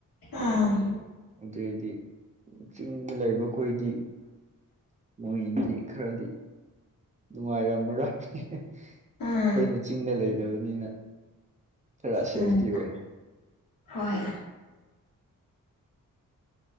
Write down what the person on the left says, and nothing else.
ꯎꯝ
ꯎꯝ
ꯎꯝ
ꯍꯣꯏ